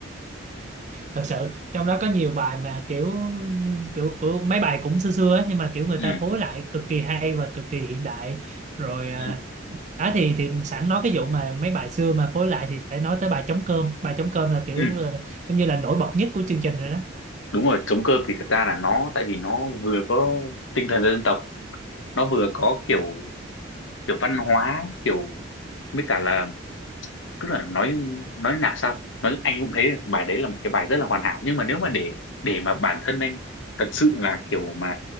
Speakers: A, on the right; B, on the left.
A: thật sự trong đó có nhiều bài mà kiểu kiểu, kiểu mấy bài cũng xưa xưa ấy, nhưng mà kiểu người
B: ừ,
A: ta phối lại cực kỳ hay và cực kỳ hiện đại rồi à,
B: ừ,
A: đó thì thì sẵn nói cái vụ mà mấy bài xưa mà phối lại thì phải nói tới bài trống cơm bài trống cơm là kiểu
B: ừ.
A: là, giống như là nổi bật nhất của chương trình rồi đó
B: đúng rồi trống cơm thì thật ra là nó tại vì nó vừa có tinh thần dân tộc nó vừa có kiểu kiểu văn hóa kiểu với cả là tức là nói nói nào sao nói anh cũng thấy là bài đấy là một cái bài rất là hoàn hảo nhưng mà nếu mà để để mà bản thân anh thật sự là kiểu mà